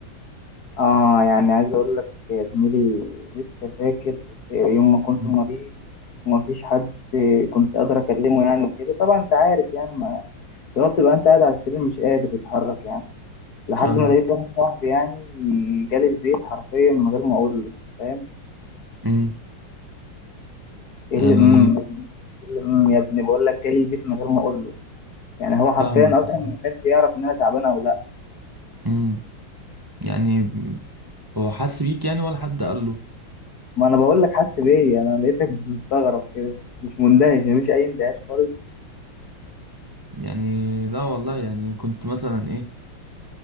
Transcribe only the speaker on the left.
اه يعني عايز اقول لك يا زميلي لسه فاكر آه، يوم ما كنت
مريض ومفيش حد آه، كنت قادر اكلمه يعني وكده طبعا انت عارف يعني ما لو بتبقى انت قاعد على السرير مش قادر تتحرك يعني لحد
ما لقيت واحد صاحبي يعني جالي البيت حرفيا من غير ما اقول له انت فاهم
ايه
اللي امم إيه اللي امم يا ابني بقول لك جالي البيت من غير ما اقول له يعني هو حرفيا
اصلا
ما كانش يعرف ان انا تعبان او لا
ما انا بقول لك حاسس بيا انا لقيتك <laughs> مش مستغرب كده مش مندهش مفيش اي اندهاش خالص